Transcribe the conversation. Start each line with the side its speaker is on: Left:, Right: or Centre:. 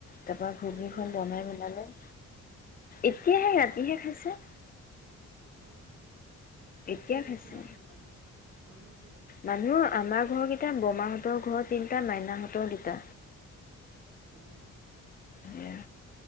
Left: তাৰ পৰা ঘূণীখন
Right: অ এতিয়া সেয়াকে
Left: বৰমাই
Right: খালে
Left: মিলালে
Right: দেখোন
Left: এতিয়াহে, ৰাতিহে খাইছে,
Right: আহ
Left: এতিয়া
Right: কি
Left: খাইছে
Right: কিমান হ'ল মানুহ? মানুহ কিবা
Left: মানুহ আমাৰ ঘৰকেইটা বৰমাহঁতৰ ঘৰ তিনিটা মাইনাহঁতৰ দুটা।
Right: অ
Left: সেয়া